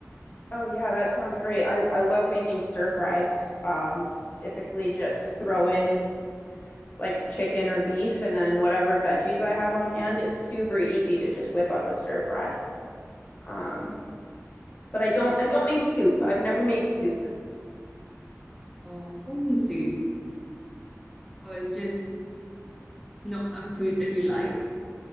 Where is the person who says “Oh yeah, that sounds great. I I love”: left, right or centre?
Left